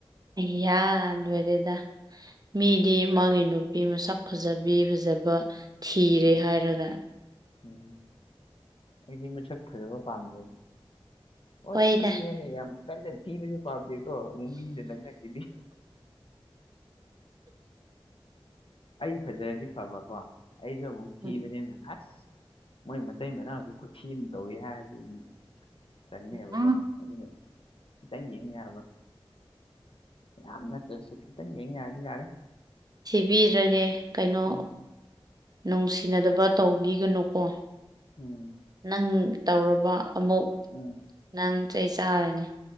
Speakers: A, on the right; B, on the left.
A: ꯑꯌꯥ ꯂꯣꯢꯔꯦꯗ ꯃꯤꯗꯤ ꯃꯥꯒꯤ ꯅꯨꯄꯤ ꯃꯁꯛ ꯐꯖꯕꯤ ꯐꯖꯕ ꯊꯤꯔꯦ
B: ꯎꯝ
A: ꯍꯥꯏꯔꯒ
B: ꯎꯝ ꯑꯩꯗꯤ ꯃꯁꯛ ꯐꯖꯕ ꯄꯥꯝꯗꯦ ꯍꯣꯢ
A: ꯍꯣꯏꯗ
B: ꯊꯤꯌꯦ ꯍꯥꯏꯅ ꯌꯥꯝ ꯀꯟꯅ ꯊꯤꯕꯁꯨ ꯄꯥꯝꯗꯦꯀꯣ ꯑꯃꯨꯛ ꯃꯃꯤꯅ ꯂꯛꯅꯈꯤꯅꯤ ꯑꯩ ꯐꯖꯔꯗꯤ ꯐꯕꯀꯣ ꯑꯩꯗꯣ ꯑꯃꯨꯛ ꯊꯤꯕꯅꯤꯅ
A: ꯎꯝ
B: ꯑꯁ ꯃꯣꯏ ꯃꯇꯩ ꯃꯅꯥꯎꯁꯦ ꯈꯨꯠꯊꯤ ꯑꯃ ꯇꯧꯋꯦ ꯍꯥꯏꯔꯗꯤ ꯎ ꯇꯟꯅꯦꯕꯀꯣ
A: ꯎꯝ
B: ꯑꯗꯨꯅ ꯈꯤꯇꯪ ꯌꯦꯡ ꯌꯥꯕ ꯌꯥꯝ ꯅꯥꯠꯇꯔ꯭ꯁꯨ ꯈꯤꯇꯪ ꯌꯦꯡ ꯌꯥꯔꯗꯤ ꯌꯥꯔꯦ
A: ꯊꯕꯤꯔꯅꯤ ꯀꯩꯅꯣ
B: ꯎꯝ
A: ꯅꯨꯡꯁꯤꯅꯗꯕ ꯇꯧꯕꯤꯒꯅꯨꯀꯣ
B: ꯎꯝ
A: ꯅꯪ ꯇꯧꯔꯕ ꯑꯃꯨꯛ
B: ꯎꯝ
A: ꯅꯪ ꯆꯩ ꯆꯥꯔꯅꯤ